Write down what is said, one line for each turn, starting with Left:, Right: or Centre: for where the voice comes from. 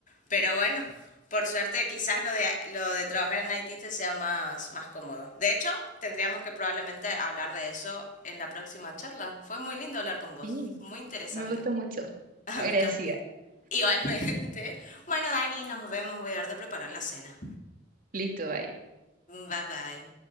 Left: Pero
Right: sí.
Left: bueno, por suerte quizás lo de, lo de trabajar en Haití te sea más, más cómodo. De hecho, tendríamos que probablemente hablar de eso en la próxima charla. Fue muy lindo hablar con vos,
Right: Sí,
Left: muy interesante.
Right: me gustó mucho.
Left: <laughs> A
Right: Agradecida.
Left: mí también. Igualmente. <laughs> Bueno, Dani, nos vemos, voy a dar de preparar la cena.
Right: Listo, vaya.
Left: Bye bye.